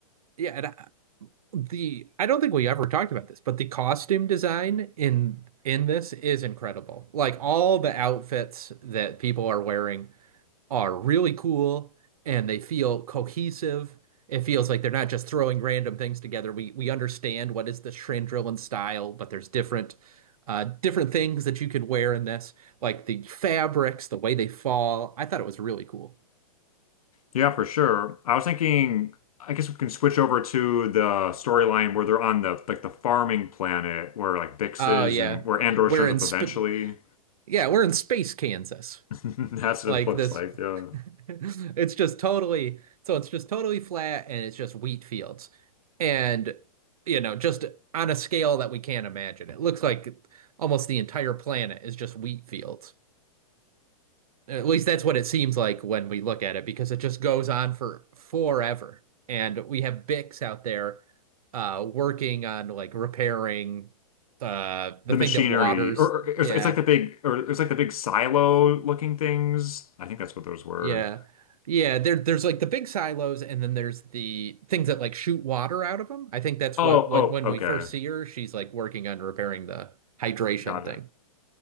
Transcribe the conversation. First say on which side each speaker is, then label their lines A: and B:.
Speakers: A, on the right (about 75°); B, on the left (about 75°).
A: yeah. and the I don't think we ever talked about this, but the costume design in in this is incredible. Like all the outfits that people are wearing are really cool and they feel cohesive. It feels like they're not just throwing random things together. We we understand what is the Shandrillan style, but there's different uh different things that you could wear in this, like the fabrics, the way they fall. I thought it was really cool.
B: Yeah, for sure. I was thinking, I guess we can switch over to the storyline where they're on the like the farming planet where like Bix
A: Oh
B: is
A: yeah.
B: and where Andor
A: We're
B: shows
A: in
B: up
A: sp
B: eventually.
A: yeah, we're in space Kansas.
B: <laughs> That's what
A: Like
B: it looks
A: this,
B: like. Yeah.
A: <laughs> it's just totally, so it's just totally flat and it's just wheat fields. And, you know, just on a scale that we can't imagine. It looks like almost the entire planet is just wheat fields. At least that's what it seems like when we look at it because it just goes on for forever. And we have Bix out there uh working on like repairing uh the
B: The
A: thing
B: machinery,
A: that waters.
B: or, or it's,
A: Yeah.
B: it's like the big, or it's like the big silo looking things. I think that's what those were.
A: Yeah. Yeah, there there's like the big silos and then there's the things that like shoot water out of them. I think that's
B: Oh,
A: what when
B: oh,
A: when we
B: okay,
A: first see her, she's like working on repairing the hydration
B: got
A: thing.
B: it.